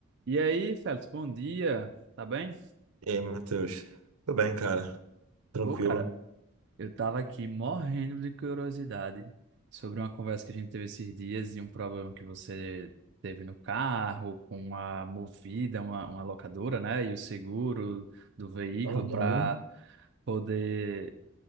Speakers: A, on the right (about 50°); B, on the right (about 85°).
A: E aí, Félix, bom dia. Tá bem?
B: E aí, Matheus? Tudo bem, cara? Tranquilo.
A: Pô, cara, eu tava aqui morrendo de curiosidade sobre uma conversa que a gente teve esses dias e um problema que você teve no carro com uma Movida, uma, uma locadora, né? E o seguro do veículo
B: Uhum.
A: para poder